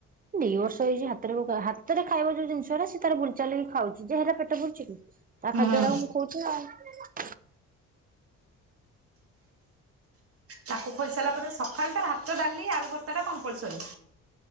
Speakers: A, on the right (about 30°); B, on the right (about 50°).
A: ଦି ବର୍ଷ ହେଇଛି ହାତରେ ହାତରେ ଖାଇବା ଯୋଉ ଜିନିଷଟା ସେ ତାର ବୁଲଚା ଲକି ଖାଉଛି। ଯେ ହେରା ପେଟ ପୁରୁଛି କି? ତା
B: ହୁଁ।
A: ଖାଦ୍ୟ ଅରା କୁ ମୁଁ ଖୋଉଚିନା ଆଉ।
B: ତାକୁ ଖୋଇସାରା ପରେ ସ ସଖାଳଟା ଭାତ ଡାଲି ଆଳୁ ଭର୍ତା ଟା କମ୍ପଲସରି।